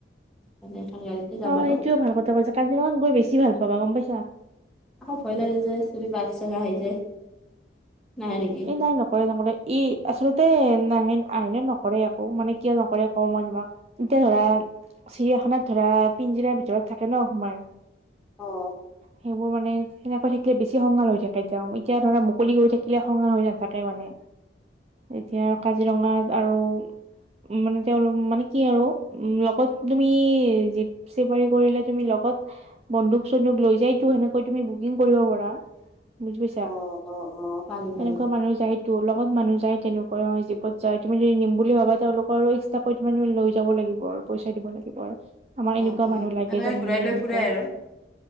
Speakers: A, in the centre; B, on the right.
A: মানে এখন গাড়ীতে যাম
B: অ',
A: আৰু।
B: সেইটোও ভাল কথা কৈছা কাজিৰঙাত গৈ বেছি ভাল পাবা গম পাইছা।
A: আকৌ ভয় লাগে যে যদি বাঘ চাঘ আহি যায়। নাহে নেকি
B: এই নাই নকৰে নকৰে ই আচলতে। নাহেন আ <unintelligible> নকৰে একো মানে কিয় নকৰে কও মই তোমাক এতিয়া ধৰা। চিৰিয়াখানাত ধৰা পিঞ্জিৰাৰ ভিতৰত থাকে ন সোমাই।
A: অ',
B: সেইবোৰ মানে এনেকৈ থাকিলে বেছি খঙাল হৈ থাকে তেওঁ এতিয়া ধৰা মুকলি হৈ থাকিলে। খঙাল হৈ নাথাকে মানে এতিয়া আৰু কাজিৰঙাত আৰু। উ মানে তেওঁ মানে কি আৰু উ লগত তুমি জিপ চাফাৰি কৰিলে তুমি। ত বন্দুক চন্দুক লৈ যায়তো সেনেকৈ তুমি বুকিং কৰিব পাৰা। বুজি পাইছা,
A: অ', অ', অ'। পাৰি পাৰি।
B: এনেকুৱা মানুহ যায়টো লগ। লগত মানুহ যায় তেনেকৈ অ জীপত যায় তুমি যদি নিম বুলি ভাবা তেওঁলোকৰ আৰু এক্সট্ৰাকৈ তোমালোকে লৈ যাব লাগিব আৰু। পইচা দিব লাগিব আৰু আমাৰ এনেকুৱা
A: অ', অ',
B: মানুহ লাগে
A: এনেকে
B: তাৰমানে
A: ঘূৰাই লৈ
B: এনেকুৱা।
A: ফুৰাই আৰু